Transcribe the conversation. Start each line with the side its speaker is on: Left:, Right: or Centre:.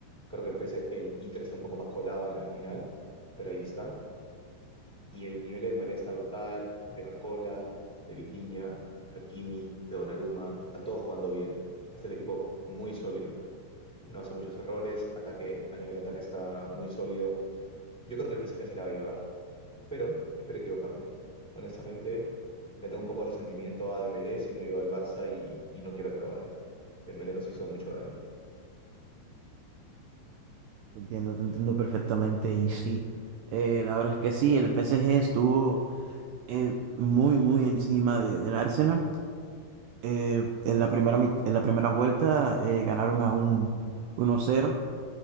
Centre: Creo que el PS el Inter está un poco más colado en la final, pero ahí está. Y el nivel de Dembélé está brutal, de Barcola, de Vitinha, de Hakimi, de Donnarumma. Están todos jugando bien. Es el equipo muy sólido. No hace muchos errores. Ataque, a nivel ataque está muy sólido. Yo creo que el PSG se la va a llevar, pero espero equivocarme. Honestamente, le tengo un poco de resentimiento a Dembélé, siendo yo del Barça y, y no quiero que lo gane. Dembélé nos hizo mucho daño.
Right: Te entiendo, te entiendo perfectamente y sí, eh, la verdad es que sí, el PSG estuvo eh, muy, muy encima de- del Arsenal. Eh, en la primera, mit- en la primera vuelta eh, ganaron a un uno cero